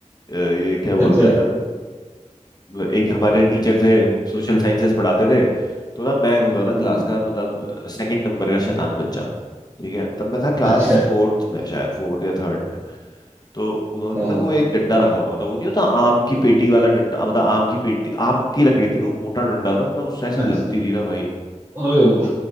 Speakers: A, on the left; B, on the right.
A: ये क्या बोलते
B: अच्छा
A: हैं अ, एक हमारे टीचर थे सोशल साइंसेस पढ़ाते थे तो ना मैं होता था
B: हम्म,
A: क्लास का मतलब सेकंड नंबर का शैतान बच्चा ठीक है तब मैं था क्लास
B: अच्छा
A: फोर्थ में शायद फोर्थ या थर्ड तो उन्होंने
B: हाँ
A: ना
B: हाँ
A: वो एक डंडा रखा हुआ था वो नहीं होता आम की पेटी वाला डंडा मतलब आम की पेटी आम की लकड़ी थी वो मोटा डंडा था मतलब उससे ऐसी
B: अच्छा
A: लगती थी ना भाई
B: अरे वाह,